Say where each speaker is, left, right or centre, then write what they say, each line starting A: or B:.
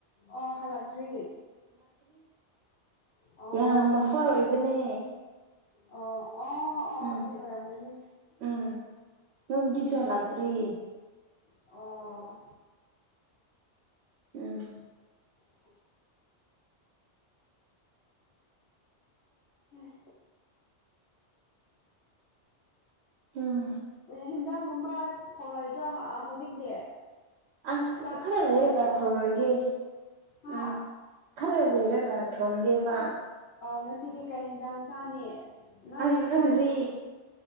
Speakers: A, on the left (about 70°); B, on the right (about 70°).
A: ꯑꯣ ꯍꯜꯂꯛꯇ꯭ꯔꯤ ꯑꯣ
B: ꯌꯥꯝꯅ
A: ꯑꯣ
B: ꯐꯥꯔ ꯑꯣꯏꯕꯅꯦ
A: ꯑꯣ ꯑꯣ ꯑꯣ
B: ꯎꯝ
A: ꯑꯗꯨ ꯑꯣꯏꯔꯝꯒꯅꯤ
B: ꯎꯝ ꯅꯪ ꯁꯣꯂ ꯑꯥꯛꯇ꯭ꯔꯤ
A: ꯑꯣ
B: ꯎꯝ
A: <inaudible> ꯑ
B: ꯎꯝ
A: ꯍꯤꯟꯖꯥꯡꯒꯨꯝꯕ ꯊꯣꯡꯂꯣꯏꯗ꯭ꯔꯣ ꯍꯧꯖꯤꯛꯇꯤ
B: ꯑꯁ
A: ꯆꯥꯛ
B: ꯈꯔ
A: ꯊꯣꯡꯂꯣꯏꯗ꯭ꯔꯣ
B: ꯂꯩꯔꯦꯒꯥ ꯊꯣꯡꯔꯒꯦ
A: ꯍꯥ
B: ꯎꯝ ꯈꯔ ꯂꯩꯔꯒ ꯊꯣꯡꯒꯦꯕ
A: ꯑ ꯉꯁꯤꯗꯤ ꯀꯩ ꯍꯤꯟꯖꯥꯡ ꯆꯥꯅꯤ ꯅꯣꯏ
B: ꯑꯁ
A: ꯃꯣꯏ
B: ꯈꯪꯗ꯭ꯔꯤ